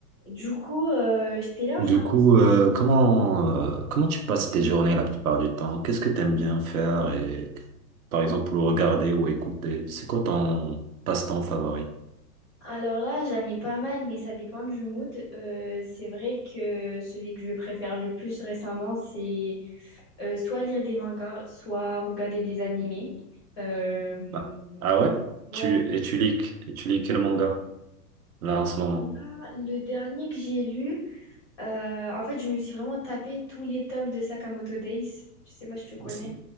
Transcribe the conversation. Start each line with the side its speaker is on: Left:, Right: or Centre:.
Left: Du coup, euh, j'étais là en
Right: Du
Left: train
Right: coup,
Left: de...
Right: euh, comment, euh, comment tu passes tes journées la plupart du temps? Qu'est-ce que tu aimes bien faire et, par exemple, le regarder ou écouter? C'est quoi ton passe-temps favori?
Left: Alors là, j'en ai pas mal, mais ça dépend du mood. Euh, c'est vrai que celui que je préfère le plus récemment, c'est euh, soit lire des mangas, soit regarder des animés. Euh,
Right: Ah, Ah ouais?
Left: ouais.
Right: Tu, et tu lis, et tu lis quel manga, là, en ce moment?
Left: Là, le dernier que j'ai lu, euh, en fait, je me suis vraiment tapé tous les tomes de Sakamoto Days. Je sais pas si tu connais.
Right: C'est-